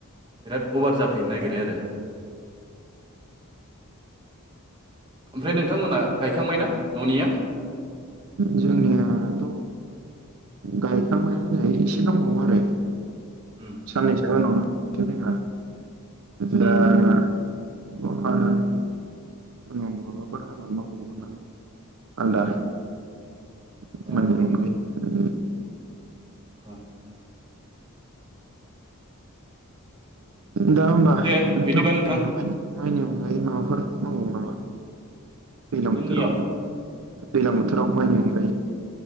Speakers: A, on the right; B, on the right.
A: बिराद अभार जाफैनो नागिरो आरो ओमफ्राय नोंथांमोना गायखांबाय ना न'निया?
B: जोंनियाथ' गायखांबायानो एसे दंबावो आरो
A: उम
B: साननैसो <unintelligible>
A: उम
B: उनाव माबाफोर आबाद मावबावगोन नामा आलदा
A: उम
B: <unintelligible>
A: ओ अ
B: दा होमबा
A: दे
B: नोंथांमोननो
A: बिदिबा नोंथां
B: माइनि अनगायै माबा मावबावो नामा दैलां
A: जोंनियाव
B: बोथोराव दैलां बोथोराव माइनि अनगायै